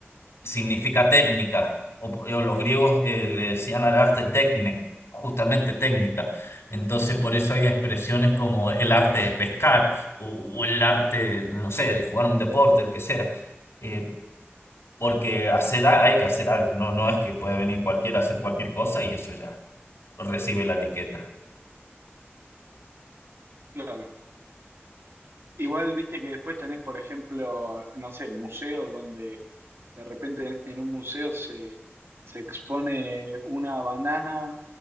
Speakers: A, on the left; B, on the right.
A: significa técnica, o, o los griegos eh, le decían al arte tecne, justamente técnica. Entonces, por eso hay expresiones como el arte de pescar o, o el arte, no sé, de jugar un deporte, el que sea. Eh, porque hacer, a- hay que hacer algo, no, no es que puede venir cualquiera a hacer cualquier cosa y eso ya recibe la etiqueta.
B: Claro. Igual, viste que después tenés, por ejemplo, no sé, museos donde de repente en un museo se, se expone una banana